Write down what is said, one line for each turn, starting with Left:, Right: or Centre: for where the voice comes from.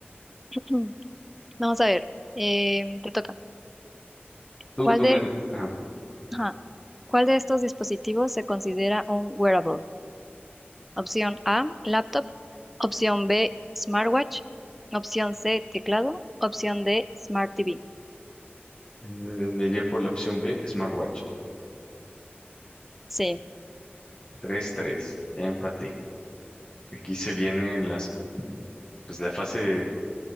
Centre: <clears throat> Vamos a ver. em, te toca.
Left: Tú,
Centre: ¿Cuál
Left: tú
Centre: de
Left: me, ajá,
Centre: Ajá. ¿Cuál de estos dispositivos se considera un wearable? Opción A, laptop. Opción B, smartwatch. Opción C, teclado. Opción D, smart TV.
Left: eh, me iría por la opción B, Smartwatch.
Centre: Sí,
Left: Tres tres ya empaté. Aquí se viene las, pues, la fase